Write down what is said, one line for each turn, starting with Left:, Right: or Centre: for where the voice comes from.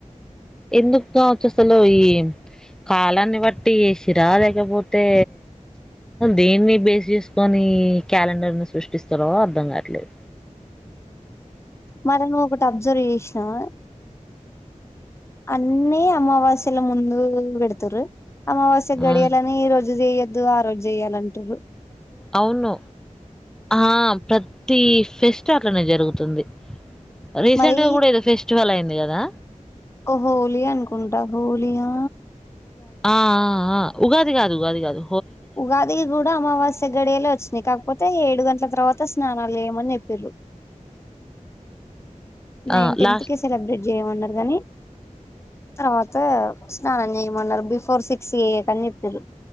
Centre: అ ఎందుకు కావచ్చు అసలు ఈ కాలాన్ని బట్టి సిరా లేక పొతు తే దేన్ని బేస్ చేసుకొని క్యాలెండర్ ని సృష్టిస్తారో అర్ధం కావట్లేదు
Left: మనము ఒకటి అబ్జర్వ్ చేసినావా అన్ని అమావాస్య లో ముందు పెడుతారు అమావాస్య గడియాలని
Centre: ఆ!
Left: ఈ రోజు చేయొద్దు ఆ రోజు చేయాలంటారు
Centre: అవును ఆ ప్రతి ఫెస్ట్ అట్లానే జరుగుతుంది రీసెంట్
Left: మరి
Centre: గా కూడా ఏదో ఫెస్టివల్ అయింది కదా
Left: వొ హోళీ అనుకుంటా హోళియా
Centre: ఆ ఉగాది కాదు ఉగాది కాదు
Left: ఉగాదికి కూడా అమావాస్య గడియలే వచ్చినాయి కాకపోతే ఏడు గంట గాట్ల తర్వాత స్నానాలు చేయమని చెప్పిర్రు నైన్
Centre: ఆ!
Left: టెన్త్
Centre: లాస్ట్
Left: కే సెలబ్రేట్ చేయమన్నారు కానీ తర్వాత స్నానం చేయమన్నారు బిఫోర్ సిక్స్ చేయకండి చెప్పిండ్రు